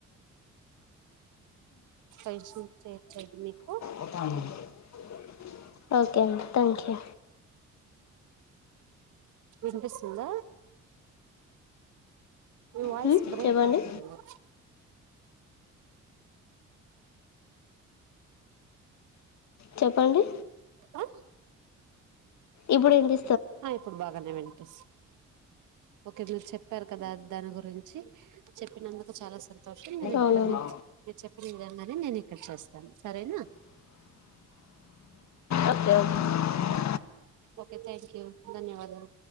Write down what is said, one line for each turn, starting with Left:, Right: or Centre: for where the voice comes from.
Right: క చేయచ్చ <unintelligible> మీకు
Left: ఒ <unintelligible> ఓకే అండి థ్యాంక్ యూ
Right: ఇనిపిస్తుందా నీ వాయిస్
Left: హ్మ్,
Right: బ్రేక్
Left: చెప్పండి
Right: అవుతుంది <inaudible>
Left: చెప్పండి
Right: ఆ
Left: ఇప్పుడు ఎంటి
Right: ఆపోప్పుడు బగానే వెండి ఓకే మీరు చెప్పారు కదా దాని గురించి చెప్పినందుకు చాలా సంతో షం మీరు ఇక్కడ
Left: అవునా
Right: మీ చెప్ప విధంగానే నేను ఇక్కడ చేస్తాను సరేనా
Left: అ
Right: ఓకే థ్యాంక్ యూ ధన్యవాదాలు